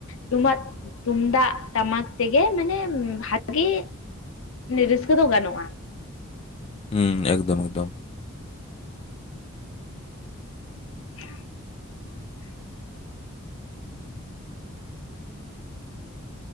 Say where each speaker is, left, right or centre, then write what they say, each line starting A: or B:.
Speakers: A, on the left; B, on the left.
A: ᱴᱩᱢᱟᱜ ᱛᱩᱢᱫᱟᱜ ᱴᱟᱢᱟᱠ ᱛᱮᱜᱮ ᱢᱟᱱᱮ ᱵᱷᱟᱜᱤ ᱤᱱᱟᱹ ᱨᱟᱹᱥᱠᱟᱹ ᱫᱚ ᱜᱟᱱᱚᱜ-ᱟ
B: ᱦᱩᱸ ᱮᱠᱫᱚᱢ ᱮᱠᱫᱚᱢ
A: <inaudible>
B: <inaudible>